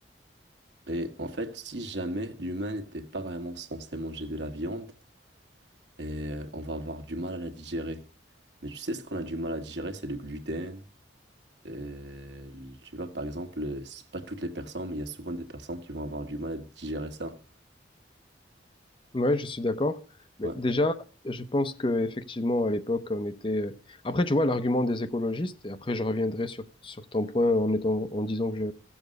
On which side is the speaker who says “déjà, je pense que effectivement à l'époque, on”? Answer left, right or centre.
Left